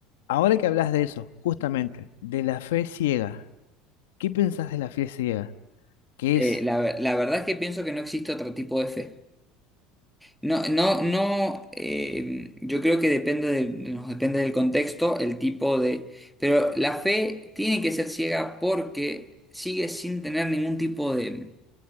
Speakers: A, on the left; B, in the centre.
A: ahora que hablas de eso, justamente, de la fe ciega, ¿qué pensás de la fe ciega? ¿Qué
B: Eh,
A: es?
B: la, la verdad es que pienso que no existe otro tipo de fe. No, no, no, eh, yo creo que depende de- nos depende del contexto, el tipo de... Pero la fe tiene que ser ciega porque sigue sin tener ningún tipo de